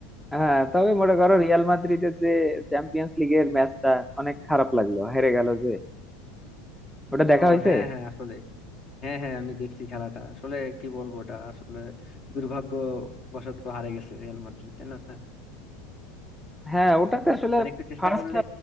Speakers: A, in the centre; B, on the left.
A: হ্যাঁ তবে মনে করো রিয়াল মাদ্রিদের যে চ্যাম্পিয়ন্স লিগের ম্যাচটা অনেক খারাপ লাগলো হেরে গেল যে ওটা দেখা
B: ও
A: হয়েছে
B: হ্যাঁ হ্যাঁ আসলে হ্যাঁ হ্যাঁ আমি দেখছি খেলাটা আসলে কি বলবো ওটা আসলে দুর্ভাগ্য বশত হারে গেছে রিয়াল মাদ্রিদ তাই না
A: হ্যাঁ ওটাতে আসলে
B: মানে একটু চেষ্টা
A: ফার্স্ট
B: করলে